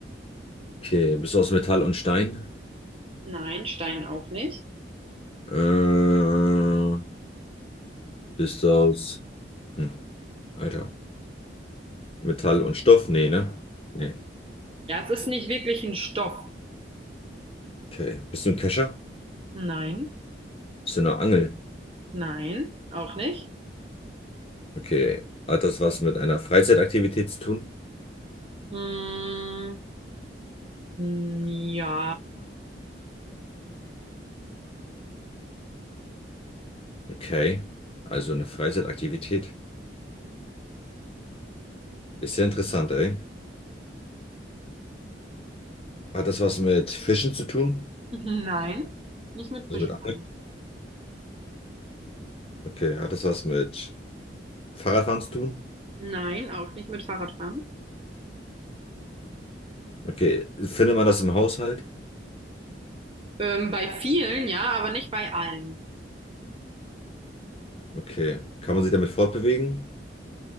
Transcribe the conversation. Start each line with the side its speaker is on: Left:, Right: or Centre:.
Left: Okay, bist du aus Metall und Stein?
Right: Nein, Stein auch nicht.
Left: Äh, bist du aus, hm, Alter, Metall und Stoff? Nee, ne? Nee.
Right: Ja, es ist nicht wirklich ein Stoff.
Left: Okay. Bist du ein Kescher?
Right: Nein,
Left: Bist du eine Angel?
Right: nein, auch nicht.
Left: Okay. Hat das was mit einer Freizeitaktivität zu tun?
Right: Mm, mm, ja.
Left: Okay. Also eine Freizeitaktivität. Ist ja interessant, ey. Hat das was mit Fischen zu tun?
Right: <laughs> Nein, nicht mit
Left: Also
Right: Fischen.
Left: mit Angeln?
Right: Nein,
Left: Okay. Hat das was mit Fahrradfahren zu tun?
Right: Nein, auch nicht mit Fahrradfahren.
Left: Okay. Findet man das im Haushalt?
Right: Ähm, bei vielen, ja, aber nicht bei allen.
Left: Okay. Kann man sich damit fortbewegen?